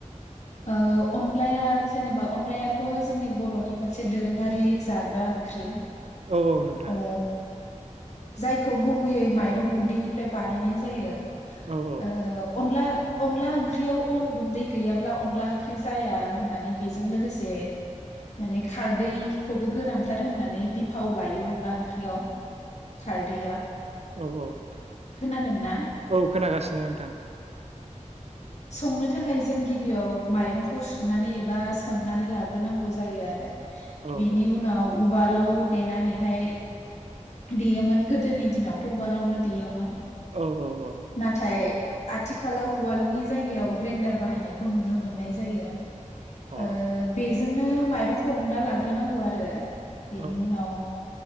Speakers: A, on the left (about 60°); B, on the right (about 55°).
A: ओ अनलाया जेनेबा अन अनदलायाथ जोंनि बर'नि मोनसे दोरोंङारि जाग्रा ओंख्रि।
B: औ औ नोंथां।
A: ओ जायखौ गुबैयै माइरं गुन्दैनिफ्राय बानायनाय जायो।
B: औ औ
A: ओ अनला अनला ओंख्रियाव अन गुन्दै गैयाब्ला अब्ला अनला ओंख्रि जाया होननानै बेजों लोगोसे माने खारदैखौबो गोनांथार होननानै बिफाव लायो अनला ओंख्रियाव खारदैया।
B: औ, औ नोंथां
A: खोनादोंना
B: औ खोनागासिनो। नोंथां
A: संनो थाखाय जों गिबियाव माइरंखौ सुनानै एबा सोमनानै लाग्रोनांगौ जायो आरो
B: औ
A: बेनि
B: औ
A: उनाव उवालाव देनानैहाय देयोमोन गोदोनि दिनावथ उवालावनो देयोमोन।
B: औ औ औ।
A: नाथाय आथिखालाव उवालनि जायगायाव ग्रेन्डार बाहायनायखौ नुनो मोननाय जायो।
B: औ अ
A: ओ बेजोंनो माइरंखौ उनना लाग्रोनांगौ आरो बिनि
B: औ
A: उनाव